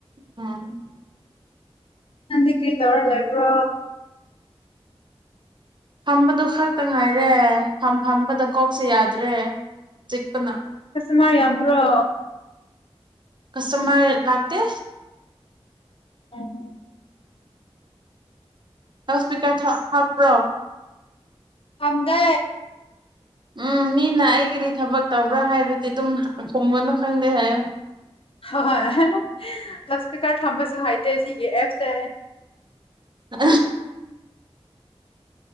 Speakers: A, on the right; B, on the left.
A: ꯎꯝ
B: ꯅꯗꯤ ꯀ꯭ꯔꯤ ꯇꯧꯔꯂ ꯏꯕ꯭ꯔꯣ
A: ꯐꯝꯕꯗꯨ ꯈꯛꯇ ꯉꯥꯏꯔꯦ ꯐꯝ ꯐꯝꯕꯗ ꯀꯣꯛꯁꯦ ꯌꯥꯗ꯭ꯔꯦ ꯆꯤꯄꯅ
B: ꯃꯥꯏ ꯌꯥ꯭ꯔꯣ
A: ꯀꯁꯇꯃꯔ ꯂꯥꯛꯇ
B: <unintelligible>
A: ꯅꯄꯤꯀꯥꯏ ꯍꯥꯞꯄ꯭ꯔꯣ
B: ꯐꯝꯗꯦ
A: ꯎꯝ ꯃꯤꯅ ꯑꯩꯒꯤꯗꯤ ꯊꯕꯛ ꯇꯧꯕ꯭ꯔꯥ ꯍꯥꯏꯔꯗꯤ ꯑꯗꯨꯝ ꯈꯨꯝꯒꯅꯨ ꯈꯪꯗꯦ ꯍꯥꯏꯌꯨ
B: ꯍꯣꯏ ꯀꯥꯔ ꯊꯝꯕꯁꯨ ꯍꯥꯏꯇꯦ ꯁꯤꯒꯤ ꯑꯦꯞꯁꯦ
A: ꯑ